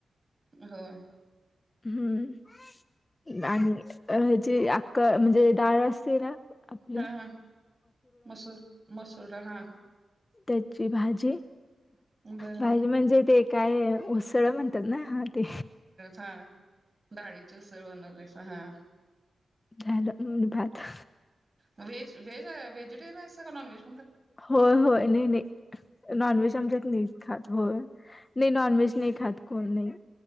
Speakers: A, on the right; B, on the left.
A: होय.
B: हम्म आणि अ ह्याची अक्क म्हणजे डाळ असते ना? आपली
A: हा हा मसूर -मसूर डाळ हा.
B: त्याची भाजी.
A: बर
B: भाजी म्हणजे ते काय उसळ म्हणतात ना? हा ते.
A: हा डाळीचे उसळ बनवलायसा हा.
B: झालं आणि भात.
A: वेज -वेज वेजिटेरयन असत का नाॅनव्हेज?
B: होय -होय नय नाही. नॉनव्हेज आमच्यात नाहीत खात. होय नाही नॉनव्हेज नाही खात कोण नाही.